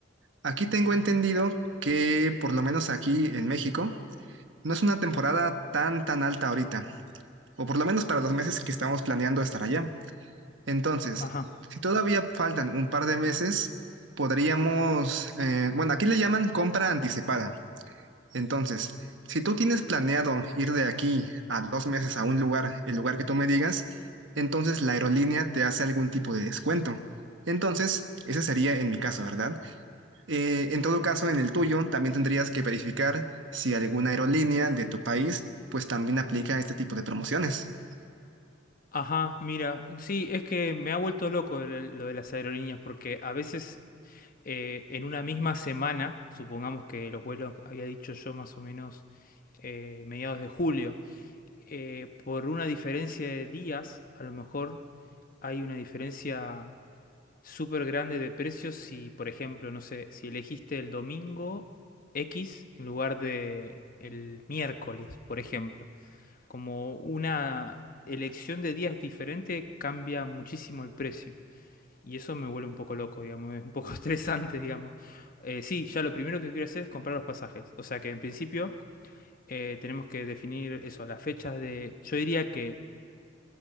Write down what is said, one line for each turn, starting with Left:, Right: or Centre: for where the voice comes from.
Right: Aquí tengo
Left: Ajá.
Right: entendido que, por lo menos aquí en México, no es una temporada tan tan alta ahorita, o por lo menos para los meses que estamos planeando estar allá. Entonces,
Left: Ajá,
Right: si todavía faltan un par de meses, podríamos, eh, bueno, aquí le llaman compra anticipada. Entonces, si tú tienes planeado ir de aquí a dos meses a un lugar, el lugar que tú me digas, entonces la aerolínea te hace algún tipo de descuento. Entonces, ese sería en mi caso, ¿verdad? Eh, en todo caso, en el tuyo también tendrías que verificar si alguna aerolínea de tu país pues también aplica este tipo de promociones.
Left: ajá, mira, sí, es que me ha vuelto loco el- lo de las aerolíneas porque a veces eh, en una misma semana, supongamos que los vuelos había dicho yo más o menos eh, mediados de julio, eh, por una diferencia de días, a lo mejor hay una diferencia súper grande de precios si, por ejemplo, no sé, si elegiste el domingo X en lugar de el miércoles, por ejemplo. Como una elección de días diferente cambia muchísimo el precio. Y eso me vuelve un poco loco, digamos, <laughs> es un poco <laughs> estresante, digamos. Eh, sí, ya lo primero que quiero hacer es comprar los pasajes. O sea que en principio eh, tenemos que definir eso, las fechas de... Yo diría que